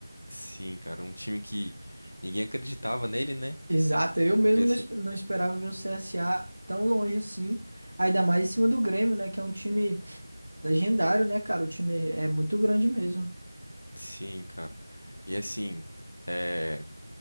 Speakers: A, on the left; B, on the right.
A: Sim, cara, um time que ninguém acreditava nele, né?
B: Exato, eu mesmo
A: Porque assim,
B: não, espe- não esperava ver o CSA tão longe assim. Ainda mais em cima do Grêmio, né? Que é um time legendário, né, cara? O time é muito grande mesmo.
A: sim, cara. E assim, é,